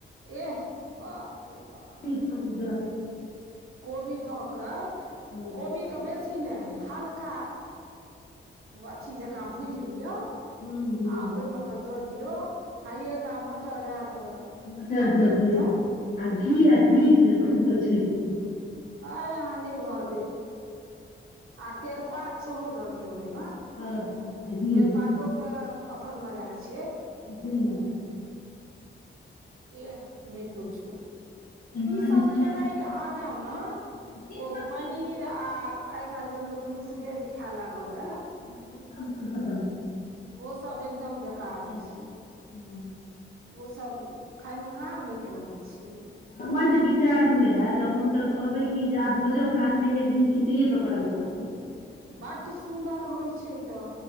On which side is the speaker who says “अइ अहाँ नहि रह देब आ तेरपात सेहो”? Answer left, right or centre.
Right